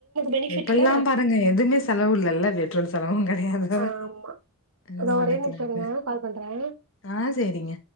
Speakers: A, on the right (about 75°); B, on the left (about 60°).
A: பெனிஃபிட்ல
B: எப்டில்லா பாருங்க எதுவுமே செலவு இல்லல்ல பெட்ரோல் செலவு கெடையாது
A: ஆமா
B: இது
A: இதோ
B: பண்ணிக்கலால்ல
A: ஒரே நிமிஷோ இருங்க கால் பண்றே
B: ஆ சேரிங்க